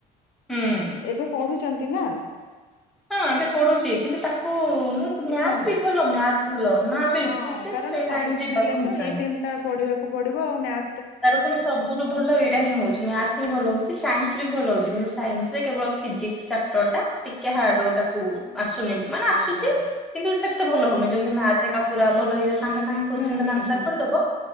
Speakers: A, in the centre; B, on the left (about 80°).
A: ହୁଁ।
B: ଏବେ ପଢୁଛନ୍ତି ନା
A: ହଁ ଏବେ ପଢୁଛି କିନ୍ତୁ ତାକୁ ମୁଁ ମ୍ୟାଥ
B: ଇଚ୍ଛା ନାହିଁ
A: ବି ଭଲ ମ ଭଲ ନା ବିଲକୁଲ
B: ହଁ
A: ସେ
B: କାରଣ
A: ସେଇ
B: ସାଇନ୍ସ
A: ଲାଇନ ଯିବାକୁ
B: ନେଲେ ତ
A: ଇଛା
B: ଏଇ
A: ନ
B: ତିନିଟା ପଢିବାକୁ ପଡିବ ଆଉ ମ୍ୟା
A: ତାର ପୁଣି ସବୁଠୁ ଭଲ ଏଇଟା ହିଁ ହଉଛି ମ୍ୟାଥ ହିଁ ଭଲ ହଉଛି ସାଇନ୍ସ ଭଲ ହଉଛି କିନ୍ତୁ ସାଇନ୍ସ ରେ କେବଳ ଫିଜିକ୍ସ ଚାପଟର ଟା ଟିକେ ହାଡ ତାକୁ ଆସୁନି ମାନେ ଆସୁଛି
B: ଓହୋ।
A: କିନ୍ତୁ ସେତେ ଭଲ ହଉନି ଯେମିତି ମା ଏକା ପୁରା ଭଲ ହେଇଯା ସାଙ୍ଗ ସାଙ୍ଗେ କୋଶ୍ଚିନ
B: ହୁଁ
A: ଦେଲେ
B: ହୁଁ
A: ଆନ୍ସର
B: ହୁଁ।
A: କଣ ଦବ